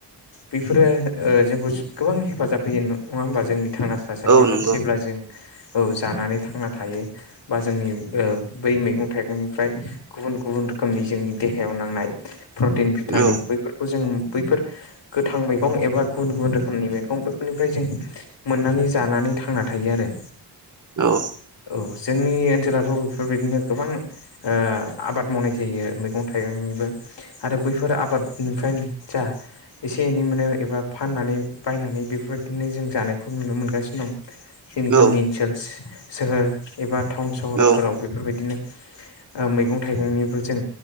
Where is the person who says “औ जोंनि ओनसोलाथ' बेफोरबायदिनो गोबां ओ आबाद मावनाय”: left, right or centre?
Left